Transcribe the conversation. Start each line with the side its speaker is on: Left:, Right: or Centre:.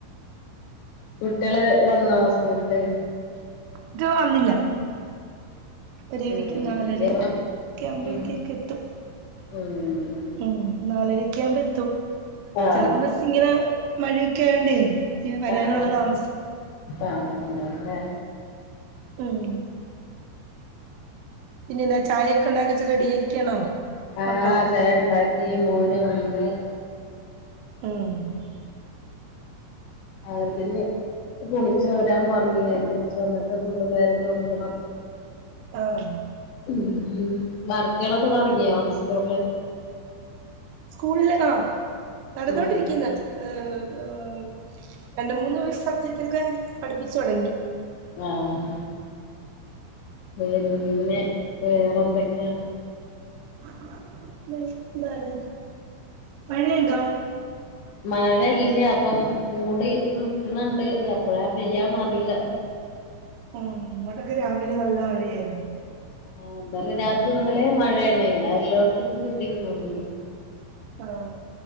Left: കുട്ടിയള് വന്നാ സ്കൂളിട്ട്?
Right: ഇത് വന്നില്ലാ <unintelligible>
Left: ഉം
Right: നാലരെ ഒക്കെ ആവ്മ്പഴത്തേക്ക്
Left: ഉം
Right: എത്തും
Left: ഉം
Right: ഉം നാലരെയെക്കെ ആവുമ്പ എത്തും
Left: ആ
Right: ചെലപ്പ ബസ്സ് ഇങ്ങനെ മഴയൊക്കെ ആയോണ്ടേ ഇങ്ങനെ വരാനുള്ള
Left: ആഹ്
Right: താമസം
Left: താമസണ്ടാവൂല്ലേ
Right: ഉം പിന്നെ എന്താ ചായ ഒക്കെ ഇണ്ടാക്കി വെച്ച് റെഡി ആയിരിക്കാണോ
Left: ആഹ്
Right: മക്കളെ
Left: ചായക്കെ ആക്കി മോന് വന്ന്
Right: ഉം
Left: അവർക്കിന്നി കുളിച്ചു വരാൻ പറഞ്ഞ് ഞാൻ കുളിച്ചു വന്നിട്ട് ഫുഡും കാര്യങ്ങളും കൊടുക്കണം
Right: ആഹ്
Left: ഉം ഉം വർക്കുകളൊക്കെ തൊടങ്ങിയോ സ്കൂളില്
Right: സ്കൂളില് ആഹ് നടന്നോണ്ടിരിക്ക്ന്ന്
Left: ഉം
Right: ഏഹ് ഏഹ് രണ്ട് മൂന്ന് സബ്ജക്റ്റൊക്കെ പഠിപ്പിച്ചു തൊടങ്ങി
Left: ആഹ് ആഹ് പിന്നെ വേറെന്തൊക്കയാ?
Right: <unintelligible> എന്താണ് മഴെയ്ണ്ടോ?
Left: മഴ ഇല്ലാ ഇപ്പം മൂടി നിക്ക‌ണണ്ട് എപ്പളാ പെയ്യാന്ന് അറീല്ലാ
Right: ഉം ഇങ്ങോട്ടൊക്കെ രാവിലെ നല്ല മഴയായിരുന്നു
Left: ആഹ് ഇന്നലെ രാത്രി മുതലേ മഴ ആണേ അത് എല്ലോടത്ത്ക്കും കിട്ടിക്കണ് തോന്നണു
Right: ആഹ്